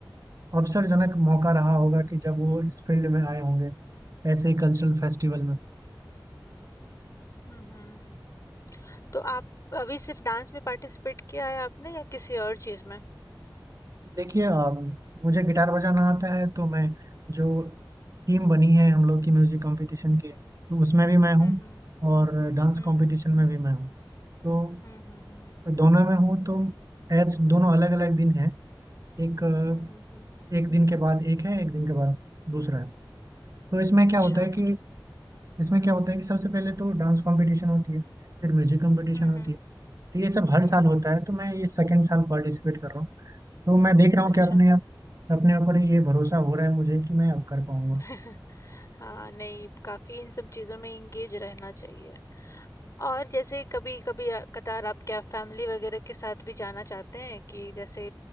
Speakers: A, on the right; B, on the left.
A: अवसरजनक मौका रहा होगा कि जब वो इस फील्ड में आए होंगे ऐसे ही कल्चरल फेस्टिवल में
B: हुँ, हुँ। तो आप अभी सिर्फ़ डांस में पार्टिसिपेट किया है आपने या किसी और चीज़ में?
A: देखिए अम, मुझे गिटार बजाना आता है तो मैं जो टीम बनी है हम लोग की म्यूजिक कंपटीशन के तो उसमें भी मैं हूँ
B: हुँ, हुँ।
A: और डांस
B: हुँ,
A: कंपटीशन
B: हुँ।
A: में भी मैं हूँ तो
B: हुँ, हुँ, हुँ।
A: दोनों में हूँ तो एज दोनों अलग अलग दिन हैं एक अ,
B: हुँ, हुँ, हुँ।
A: एक दिन के बाद एक है एक दिन के बाद दूसरा है तो इसमें
B: अच्छा।
A: क्या होता है कि इसमें क्या होता है कि सबसे पहले तो डांस कंपटीशन होती है फिर म्यूजिक कंपटीशन
B: हुँ,
A: होती
B: हुँ।
A: है तो ये सब हर
B: हुँ,
A: साल होता
B: हुँ।
A: है तो मैं ये सेकेंड साल पार्टिसिपेट कर रहा हूँ तो मैं देख रहा हूँ
B: अच्छा।
A: कि अपने अपने ऊपर ये भरोसा हो रहा है मुझे कि मैं अब कर पाऊंगा
B: हाँ, नहीं काफ़ी इन सब चीज़ों में इंगेज रहना चाहिए और जैसे कभी कभी कदार आप क्या फैमिली वगैरह के साथ भी जाना चाहते हैं कि जैसे